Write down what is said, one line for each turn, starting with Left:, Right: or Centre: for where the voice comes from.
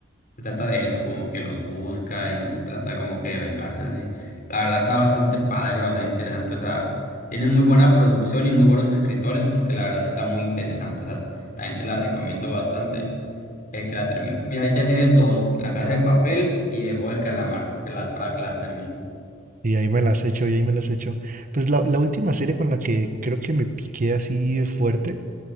Left: se trata de eso, como que los busca y trata como que de vengarse así. La verdad está bastante padre, bastante interesante, o sea, tiene muy buena producción y muy buenos escritores porque la verdad sí está muy interesante, o sea, también te la recomiendo bastante. El que la termina. Mira, ahí ya tienes dos, La Casa de Papel y El Juego del Calamar, que las- para que las termines.
Right: Y ahí me las echo, y ahí me las echo. Pues la, la última serie con la que creo que me piqué así fuerte,